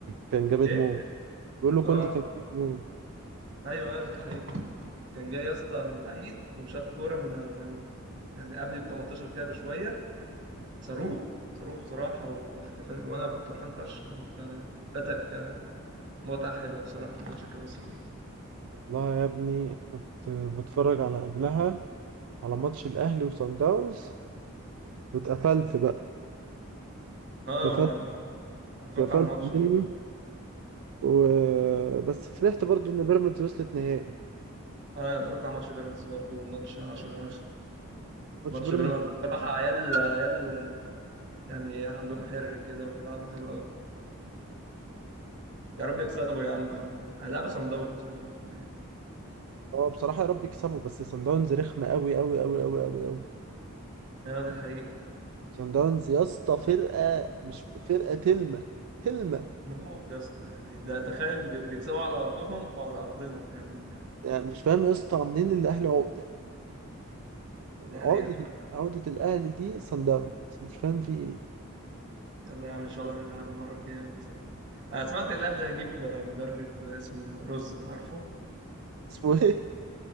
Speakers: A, on the right; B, on the right.
A: كان جامد
B: ايه
A: موت بيقولوا كوندي
B: اه
A: كان جامد موت
B: ايوه ايوه دي حقيقة كان جاي يا اسطى من بعيد وشاف كوره من على ال... يعني قبل ال 18 كده بشويه صاروخ صاروخ بصراحه واحتفال وانا كنت فرحان فشخ انت فاتك متعه حلوه بصراحه في ماتش الكلاسيكو
A: والله يا ابني كنت بتفرج على قبلها على ماتش الاهلي وصن داونز واتقفلت بقى
B: اه
A: اتقفلت
B: أنا اتفرجت
A: اتقفلت
B: على الماتش
A: منه
B: اه
A: و... بس فرحت برضو ان بيراميدز وصلت نهائي
B: أنا اتفرجت على ماتش بيراميدز برضو ماتش 10 10
A: ماتش
B: ماتش
A: بيراميدز
B: بيراميدز بصراحه عيال عيال يعني عندهم حر كده وبيلعبوا حلو قوي يا رب يكسبوا يا عم هيلعبوا صن داونز هم في النهائي
A: اه بصراحة يا رب يكسبوا بس صن داونز رخمة قوي قوي قوي قوي قوي قوي
B: ايوه دي حقيقة
A: سان داونز يا اسطى فرقه مش فرقه تلمه تلمه
B: موت يا اسطى يعني ده تخيل بي- بيكسبوا على ارضهم وعلى ارضنا يعني
A: يعني مش فاهم يا اسطى عاملين الاهلي عقده يعني
B: ده
A: عقده
B: حقيقة فعلا
A: عقده الاهلي دي سان داونز مش فاهم في ايه
B: يلا يا عم إن شاء الله نلعب المرة الجاية ونكسب أنا سمعت الأهلي هيجيب مدرب اسمه روزو عارفه؟
A: اسمه ايه